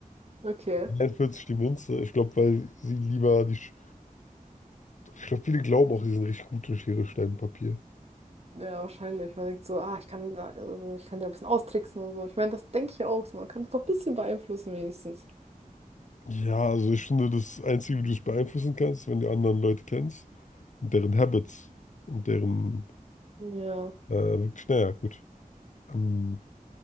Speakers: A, on the right (about 45°); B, on the left (about 60°).
A: Okay.
B: 41 die Münze. Ich glaube, weil sie lieber die, Sch- ich glaube, viele glauben auch, sie sind richtig gut in Schere, Stein, Papier.
A: Ja, wahrscheinlich. Man denkt so, ah, ich kann da, also ich kann da ein bisschen austricksen und so. Ich meine, das denke ich ja auch so. Man kann es doch ein bisschen beeinflussen, wenigstens.
B: Ja, also ich finde, das Einzige, wie du es beeinflussen kannst, wenn du anderen Leute kennst und deren Habits und deren,
A: Ja.
B: äh, wirklich, naja, gut. Ähm,